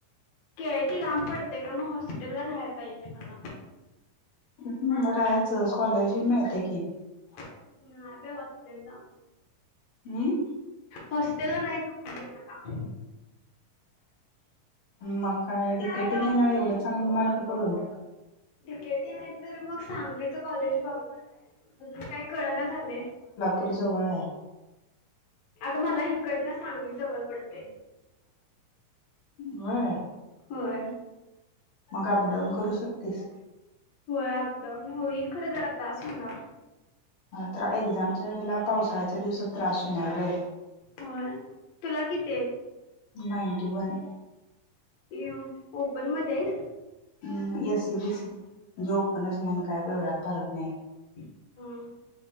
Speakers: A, on the left; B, on the left.
A: केआयटी लांब पडतंय गं मग हॉस्टेलला राहायं पाहिजे मला.
B: अं अं मग राहायचं, स्कॉलरशिप मिळत्या की
A: हं <unintelligible> ना
B: अं?
A: हॉस्टेलला नाही जमत बाई मला.
B: मग काय डिकेटी घेणार हाय एवढं चांगलं मार्क पडून?
A: डिकेटी नाही तर, मग सांगलीच कॉलेज बघणार आहे, अजुन काय कळना झालय.
B: पूर जवळ हाय.
A: अगं मला हिकडनं सांगली जवळ पडतंय.
B: होय?
A: होय.
B: मग अपडाऊन करू शकतेस
A: होय अपडाऊन होईल, खरं जरा त्रास होणार.
B: हां तर एक्झामच्या वेळेला पावसाळ्याच्या दिवसात त्रास होणार गं.
A: होय, तुला किती हाईत?
B: Ninety one.
A: इ उ ओपनमध्ये हाइस?
B: अं एससीबीसी जॉब करण्याचं म्हण काय वेगळा करत नाही.
A: हं.